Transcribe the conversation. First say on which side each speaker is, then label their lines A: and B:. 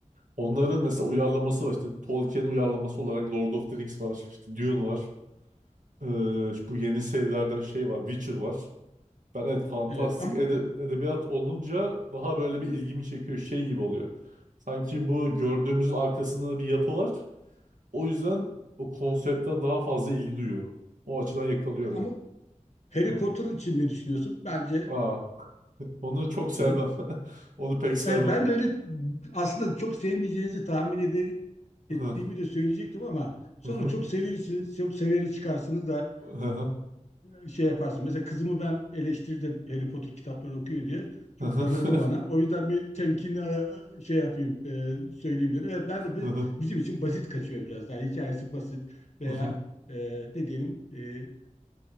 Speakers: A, on the right (about 75°); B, on the left (about 55°).
A: Onların mesela uyarlaması var. İşte Tolkien uyarlaması olarak Lord of the Rings var. İşte Dune var. Ee, işte bu yeni serilerden şey var. Witcher var. Ben evet fantastik
B: Evet ama,
A: ede- edebiyat olunca daha böyle bir ilgimi çekiyor. Şey gibi oluyor. Sanki bu gördüğümüzün arkasında da bir yapı var. O yüzden o konsepte daha fazla ilgi duyuyorum. O açıdan yakalıyor
B: ama
A: beni.
B: Harry
A: Hı.
B: Potter için ne düşünüyorsun? Bence
A: Aa, onu çok sevmem.
B: hı?
A: <laughs> Onu pek sevmem.
B: Evet ben de öyle aslında çok sevmeyeceğinizi tahmin ede- ettiğimi
A: Hı hı.
B: de söyleyecektim ama sonra
A: Hı hı.
B: çok severiz, çok severi çıkarsınız da
A: Hı hı.
B: e, şey yaparsın. Mesela kızımı ben eleştirdim Harry Potter kitapları okuyor diye. Çok
A: Hı hı.
B: darıldı bana. O yüzden bir temkinli e, şey yapayım, e, söyleyeyim dedim. Evet ben de bi-
A: Hı hı.
B: bizim için basit kaçıyor biraz daha. Hikayesi basit veya
A: Hı hı.
B: e, ne diyelim e,